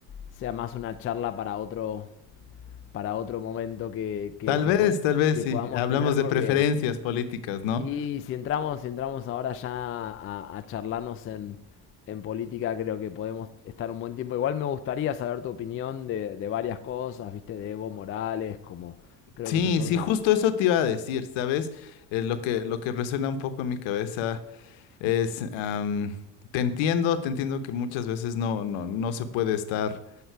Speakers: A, on the left (about 30°); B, on the left (about 65°).
A: sea más una charla para otro, para otro momento que, que,
B: Tal
A: que,
B: vez,
A: po-
B: tal vez
A: que
B: sí.
A: podamos
B: Hablamos
A: tener,
B: de
A: porque
B: preferencias políticas, ¿no?
A: y si entramos, si entramos ahora ya a, a charlarnos en, en política, creo que podemos estar un buen tiempo. Igual me gustaría saber tu opinión de, de varias cosas, viste, de Evo Morales, como creo
B: Sí,
A: que esa es una...
B: sí, justo eso te iba a decir, ¿sabes? Eh, lo que, lo que resuena un poco en mi cabeza es, am, te entiendo, te entiendo que muchas veces no, no, no se puede estar